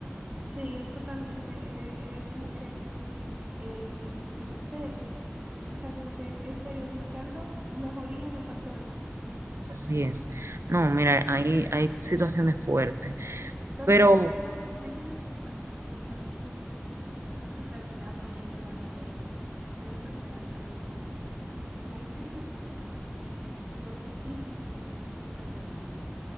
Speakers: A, on the right; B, on the right.
A: Sí, es totalmente, es, es como que, eh, en serio. O sea, como que en serio, buscando mejoría me pasó esto.
B: Así es. No, mira, hay, hay situaciones fuertes,
A: Pero
B: pero
A: yo,
B: o
A: yo, yo entiendo que cualquier, cualquier enfermedad, por ejemplo la diabetes, que una enfermedad que si la gente supiera lo difícil que es esa enfermedad,